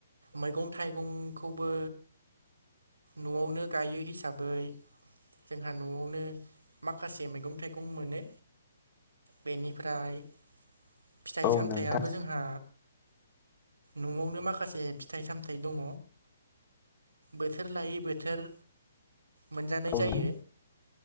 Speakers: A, on the right; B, on the left.
A: मैगं थाइगंखौबो न'आवनो गायो हिसाबै जोंहा न'आवनो माखासे मैगं थाइगं मोनो बेनिफ्राय फिथाइ
B: औ
A: सामथाइयाबो
B: नोंथां
A: जोंहा न'आवनो माखासे फिथाइ सामथाइ दङ बोथोर लायै बोथोर मोनजानाय
B: औ
A: जायो
B: नों